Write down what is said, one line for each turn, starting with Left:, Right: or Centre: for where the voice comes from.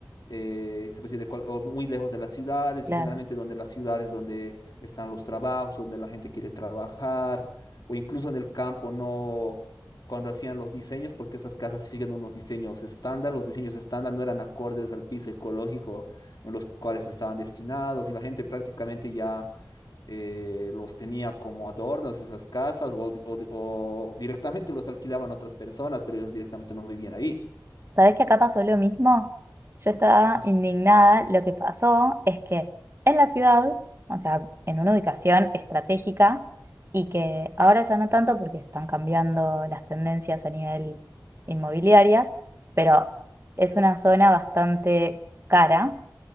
Left: eh, se puede decir, de cual- o muy lejos de las ciudades,
Right: Claro.
Left: y generalmente donde las ciudades donde están los trabajos, donde la gente quiere trabajar, o incluso en el campo, no cuando hacían los diseños, porque esas casas siguen unos diseños estándar, los diseños estándar no eran acordes al piso ecológico en los cuales estaban destinados, y la gente prácticamente ya eh, los tenía como adornos esas casas o, o- o directamente los alquilaban a otras personas, pero ellos directamente no vivían ahí.
Right: ¿Sabés que acá pasó lo mismo? Yo estaba
Left: Es
Right: indignada. Lo que pasó es que en la ciudad, o sea, en una ubicación estratégica, y que ahora ya no tanto porque están cambiando las tendencias a nivel inmobiliarias, pero es una zona bastante cara